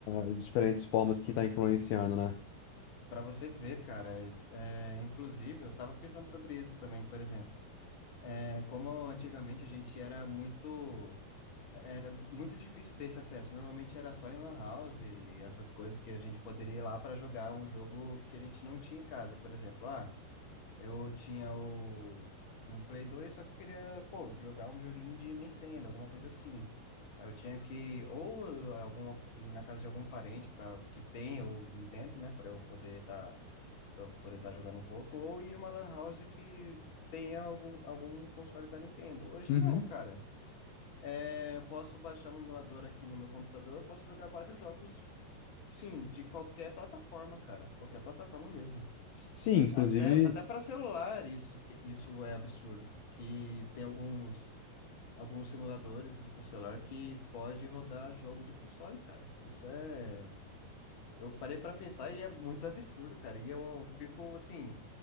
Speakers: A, on the left; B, on the left.
A: As diferentes formas que tá influenciando, né?
B: Para você ver, cara, é, é, inclusive, eu tava pensando sobre isso também, por exemplo. É, como antigamente a gente era muito. Era muito difícil ter esse acesso. Normalmente era só em lan house e essas coisas que a gente poderia ir lá para jogar um jogo que a gente não tinha em casa, por exemplo. Ah, Eu tinha o, um Play 2, só que eu queria, pô, jogar um joguinho de Nintendo, alguma coisa assim. Aí eu tinha que ou algum, ir na casa de algum parente para que tenha o Nintendo, né, para eu poder tá, para eu poder estar jogando um pouco, ou ir uma lan house que tenha algum, algum console da Nintendo. Hoje
A: Uhum.
B: não, cara. É, eu posso baixar um emulador aqui no meu computador, posso jogar vários jogos, sim, de qualquer plataforma, cara, qualquer plataforma mesmo.
A: Sim, inclusive,
B: Até, até para celular isso, que- isso é absurdo. Que tem alguns, alguns simuladores para celular que pode rodar jogo de console, cara. Isso é. Eu parei para pensar e é muito absurdo, cara. E eu fico, assim,